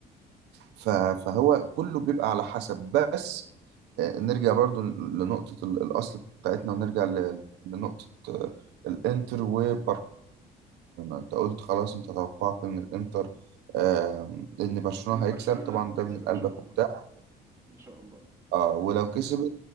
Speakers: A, on the right (about 85°); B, on the right (about 15°).
A: ف... فهو كله بيبقى على حسب بس آه، نرجع برضو ل- لنقطه ال- الاصل بتاعتنا ونرجع ل... لنقطه آه، الانتر وبرشلونه انت قلت خلاص انت توقعك ان الانتر آه، ان برشلونه
B: لأن
A: هيكسب
B: برشلونة
A: طبعا
B: هتكسب
A: ده من قلبك
B: إن شاء الله
A: وبتاع
B: إن شاء الله
A: اه ولو كسبت